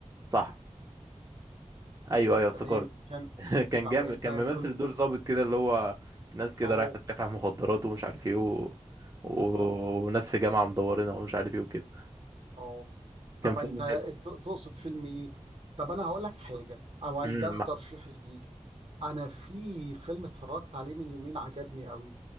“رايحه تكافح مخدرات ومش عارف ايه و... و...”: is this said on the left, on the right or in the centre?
Right